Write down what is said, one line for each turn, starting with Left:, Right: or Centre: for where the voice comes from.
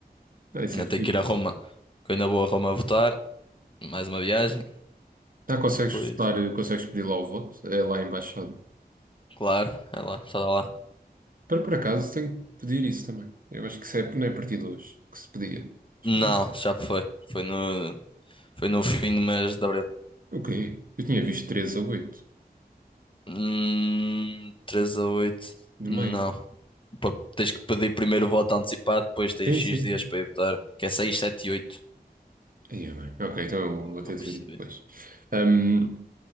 Right: Ah, isso
Left: Ainda
Right: é fixe.
Left: tenho que ir a Roma, que eu ainda vou a Roma votar. Mais uma viagem.
Right: Ah, consegues
Left: Depois,
Right: votar, eh, consegues pedir lá o voto? É lá a embaixada.
Left: claro, é lá, está lá.
Right: Para por acaso tenho que pedir isso também. Eu acho que isso é, não é a partir de hoje que se pedia. Acho
Left: Não,
Right: que era
Left: já foi. Foi no, foi no fim do mês de abril.
Right: o quê? Eu tinha visto 13 a oito
Left: Hum, 3 a oito,
Right: de
Left: Não.
Right: maio.
Left: Pa- Tens que pedir primeiro o voto antecipado, depois tens
Right: Sim,
Left: X
Right: sim.
Left: dias para ir votar, que é 6, 7 e 8.
Right: Aí é bem. Ok, então eu
Left: Pelo
Right: vou
Left: que
Right: ter
Left: eu percebi.
Right: de ver isso depois. Ahm,